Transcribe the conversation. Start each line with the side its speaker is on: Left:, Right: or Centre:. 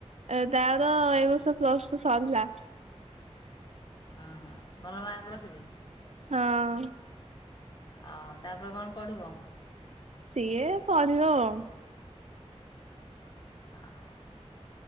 Right: ଏ ତାର ଏ ବର୍ଷ ପ୍ଲସ ଟୁ ସରିିଲା।
Left: ଓହୋ ଭଲ ମାର୍କ ରଖିଛି।
Right: ହଁ।
Left: ହଉ ତାପରେ କଣ ପଢିବ?
Right: ସିଏ ପଢିବ ଆଉ।
Left: ଅହୋ।